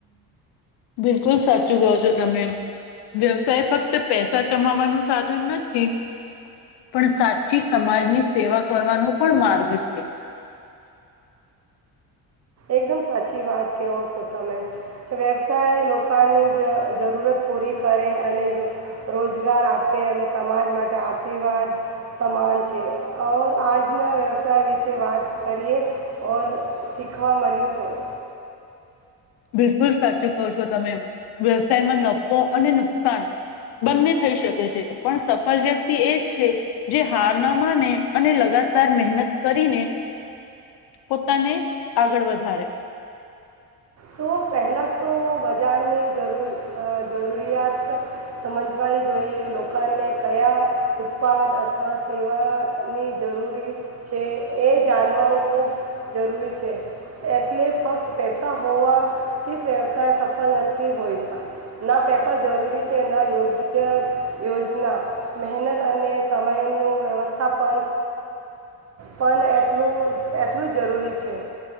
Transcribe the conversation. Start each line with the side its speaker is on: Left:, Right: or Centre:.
Left: બિલકુલ સાચું કહો છો, તમે વ્યવસાય ફક્ત પૈસા કમાવાનું સાધન નથી પણ સાચી સમાજની સેવા કરવાનો પણ માર્ગ છે.
Right: એકદમ સાચી વાત કહો છો તમે વ્યવસાય લોકોની જ જરૂરત પૂરી કરે અને રોજગાર આપે અને સમાજ માટે આશીર્વાદ સમાન છે, ઓર આજના વ્યવસાય વિશે વાત કરીએ ઓર લીખવા મળન સો.
Left: બિલકુલ સાચું કહ છો તમે, વ્યવસાયમાં નફો અને નુકસાન બંને થઈ શકે છે પણ સફળ વ્યક્તિ એ જ છે, જે હાર ન માને અને લગાતાર મહેનત કરીને પોતાને આગળ વધારે.
Right: સો પહેલાં તો બજારની જરૂર જરૂરિયાત સમજવાવી જોઈએ લોકોને કયા ઉત્પાદ અથવા સેવાની જરૂરી છે, એ જાણવા ખૂબ જરૂરી છે એટલે ફક્ત પૈસા હોવા. થી વ્યવસાય સફળ નથી હોયતા ન પૈસા જરૂરી છે, ન યોગ્ય યોજના મહેનત અને સમયનું વ્યવસ્થાપન પણ એટલું એટલું જ જરૂરી છે.